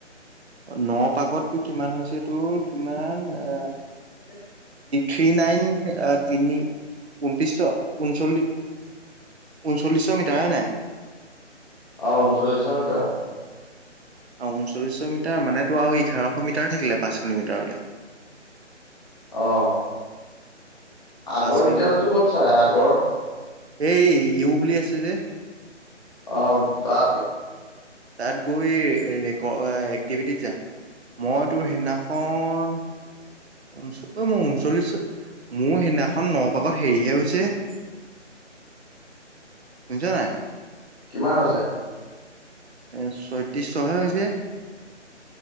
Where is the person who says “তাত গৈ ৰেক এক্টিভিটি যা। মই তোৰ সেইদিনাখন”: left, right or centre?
Right